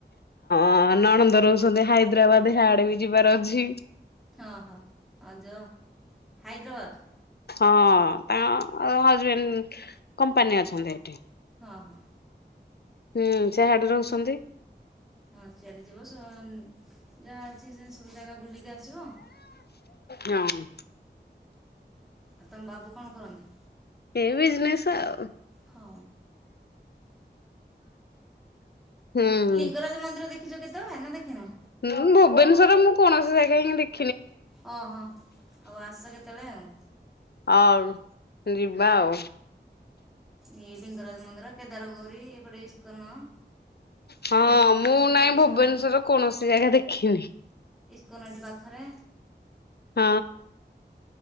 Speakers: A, on the left; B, in the centre.
A: ଆ ନଣନ୍ଦ ରୋ ହାଇଦ୍ରାବାଦ ଆଡେ ବି ଯିବାର ଅଛି।
B: ହଁ ହଁ ହ ଯା ହାଇଦ୍ରାବାଦ
A: ହଁ ତାଙ୍କ ହଜବେଣ୍ଡ କମ୍ପାନୀ ଅଛନ୍ତି ଏଠି।
B: ହଁ ହଁ।
A: ହୁଁ ସେ ହାଡ ରହୁଛନ୍ତି।
B: ହଁ ସିଆରି ଯିବ ଯାହା ଅଛି ସେ ସବୁ ଜାଗା ବୁଲିକି ବୁଲିକି ଆସିବ।
A: ହଁ
B: ଆଉ ତମ ବାବୁ କଣ କରନ୍ତି?
A: ଏ ବିଜନେସ ଆଉ।
B: ହଁ।
A: ହୁଁ।
B: ଲିଙ୍ଗରାଜ ମନ୍ଦିର ଦେଖିଛ କେତେବେଳେ ନା ଦେଖିନ?
A: ହୁଁ ଭୁବନଶ୍ଵର ମୁଁ କୌଣସି ଜାଗା ହିଁ ଦେଖି
B: ଓହୋ ହଉ ଆସ କେତେବେଳେ ଆଉ
A: ଆଉ ଯିବା ଆଉ
B: ଏଇ ଲିଙ୍ଗରାଜ ମନ୍ଦର କେେଦର ଗୋରି ଏପଟ ଇସ୍କନ
A: ହଁ
B: ଆମେ ଯେଉଁଠି
A: ମୁଁ
B: ଅଛୁ
A: ନାଇଁ
B: ଇସ୍କନ
A: ଭୁବନେଶ୍ଵର କୌଣସି ଜାଗା ଦେଖିନି।
B: କନାଣ୍ଡି ପାଖରେ
A: ହଁ।